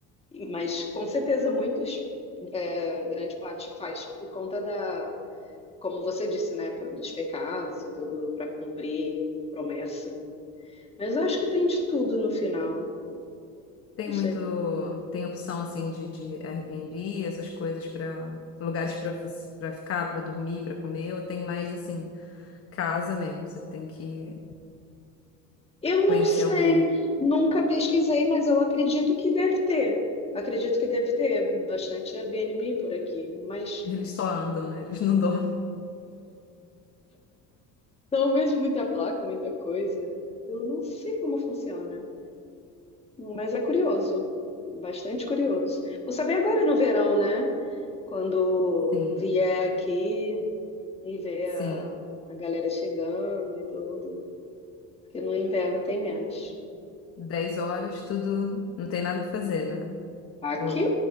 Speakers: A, on the left; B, on the left.
A: E- mas com certeza muitos, é, grande parte faz por conta da, como você disse, né, dos pecados e tudo para cumprir promessa. Mas eu acho que tem de tudo no final,
B: tem
A: não
B: muito,
A: sei.
B: tem opção assim de, de Airbnb, essas coisas para lugares para para ficar, para dormir, para comer, ou tem mais assim, casa mesmo. Você tem que
A: Eu não
B: conhecer
A: sei,
B: alguém.
A: nunca pesquisei, mas eu acredito que deve ter. Acredito que deve ter bastante Airbnb por aqui, mas
B: Eles só andam, né? Eles não <laughs> dormem.
A: não vejo muita placa, muita coisa. Eu não sei como funciona, mas é curioso, bastante curioso. Vou saber agora no verão, né? Quando
B: Sim,
A: vier aqui e ver
B: sim.
A: a, a galera chegando e tudo, porque no inverno tem menos.
B: Dez horas, tudo, não tem nada para fazer, né?
A: Aqui
B: Ou,